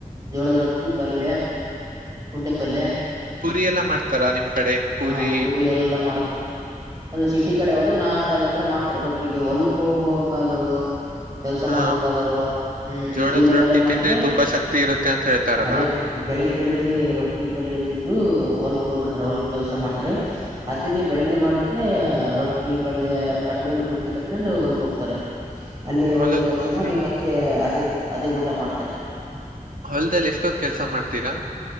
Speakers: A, on the right; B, on the right.
A: ಜೋಳದ ರೊಟ್ಟಿ ಪಲ್ಯ ಕುಂಡೆ ಪಲ್ಯ.
B: ಪುರಿ ಎಲ್ಲ ಮಾಡ್ತಾರ ನಿಮ್ ಕಡೆ ಪೂರಿ.
A: ಹ ಎಲ್ಲಾ ಅದು ಸಿಟಿ ಕಡೆ ಹೋದ್ರೆ ನಾಷ್ಟ ಈ ತರ ಮಾಡ್ತಾರೆ ಬಟ್ ಈಗ ಹೊಲಕ್ ಹೋಗೋಕ ಆದೊರು. ಕೆಲ್ಸ
B: ಹಾ
A: ಮಾಡ್ಬೇಕಾದರು ಹ್ಮ್
B: ಜೋಳದ
A: ಇವ್ರ ಎಲ್ಲಾರ
B: ರೊಟ್ಟಿ
A: ಏನ್ ಮಾಡ್ತಿರೆ.
B: ತಿಂದ್ರೆ ತುಂಬಾ ಶಕ್ತಿ ಇರುತ್ತೆ ಅಂತ ಹೇಳ್ತಾರಲ್ಲ
A: ಅದೇ ಬೆಳಿಗ್ ಬೆಳಿಗ್ಗೆ ರೊಟ್ಟಿ ಪಲ್ಯ ತಿಂದು. ಹೊಲ್ಕ್ ಹೋಗ್ಬಿಡ್ತಾರೆ ಹೊಲಕ್ ಕೆಲ್ಸ ಮಾಡ್ತಾರೆ ಅದನ್ನೇ ಬೆಳಿಗ್ಗೆ ಮಾಡಿದ್ದ ರೊ ಟ್ಟಿ ಪಲ್ಯ ಕಟ್ಕೊಂಡು ಬುತ್ತಿ ಕಟ್ಕೊಂಡು ಹೊಲ್ಕ್ ಹೋಗ್ತಾರೆ. ಅಲ್ಲೇ ಹೊಲ್ದ
B: ಹೊಲಕ್
A: ಕೆಲ್ಸ
B: ಹೋಗಿ
A: ಮಾಡಿ ಮತ್ತೆ ಅದೇ ಅದೇ ಊಟ ಮಾಡ್ತಾರೆ.
B: ಹೊಲ್ದಲ್ಲಿ ಎಷ್ಟೊತ್ತ ಕೆಲ್ಸ ಮಾಡ್ತೀರಾ.